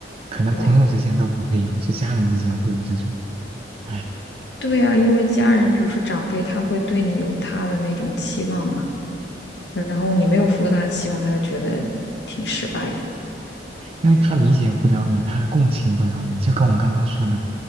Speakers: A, on the right; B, on the left.
A: 可能朋友之间都不会有，
B: 对
A: 就家人之间会有这种，哎。
B: 对啊，因为家人，比如说长辈，他会对你有他的那种期望嘛，然后你没有符合他的期望，他就觉得挺失败的。
A: 因为他理解不了你，他共情不了你，就跟我刚刚说的，